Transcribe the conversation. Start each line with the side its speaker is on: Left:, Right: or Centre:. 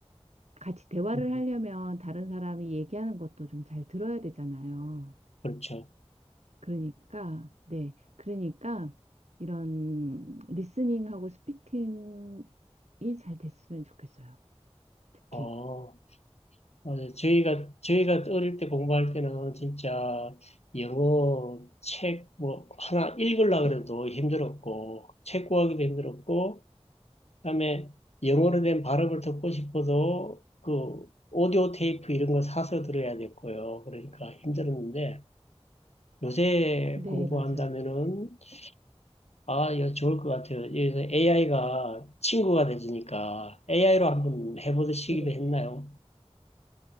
Right: 같이 대화를
Left: 음,
Right: 하려면 다른 사람이 얘기하는 것도 좀 잘 들어야 되잖아요.
Left: 그렇죠.
Right: 그러니까, 네. 그러니까 이런 리스닝하고 스피킹이 잘 됐으면 좋겠어요. 특히.
Left: 어. 맞아요. 저희가, 저희가 어릴 때 공부할 때는 진짜 영어 책 뭐 하나 읽으려고 그래도 힘들었고, 책 구하기도 힘들었고, 그다음에 영어로 된 발음을 듣고 싶어도 그 오디오 테이프 이런 거 사서 들어야 됐고요. 그러니까 힘들었는데, 요새
Right: 네,
Left: 공부한다면은,
Right: 맞아요.
Left: 아, 이거 좋을 것 같아요. 여기서 AI가 친구가 되니까 AI로 한번 해보듯이기도
Right: 네.
Left: 했나요?